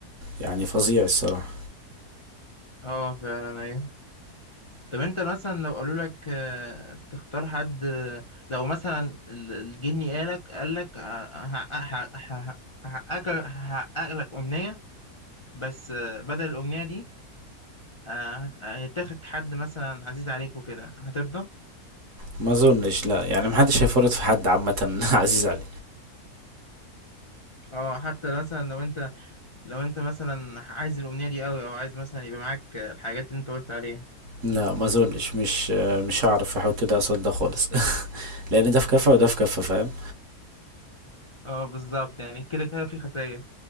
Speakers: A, on the right (about 55°); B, on the left (about 35°).
A: يعني فظيع الصراحة
B: اه فعلا ايوه طب انت مثلا لو قالوا لك آه، تختار حد آه، لو مثلا ال- الجني قالك قالك آه، هحقق هحقق- هحقق- هحقق لك أمنية بس آه، بدل الأمنية دي آه، هيتاخد حد مثلا عزيز عليك وكده هترضى؟
A: ما اظنش لا يعني محدش هيفرط في حد عامة <laughs> عزيز عليه
B: اه حتى مثلا لو انت لو انت مثلا عايز الأمنية دي قوي او عايز مثلا يبقى معاك الحاجات اللي انت قلت عليها
A: لا ما اظنش مش مش هعرف احط ده قصاد ده خالص <laughs> لان ده في كفه وده في كفه فاهم
B: اه بالظبط يعني كده كده في خسائر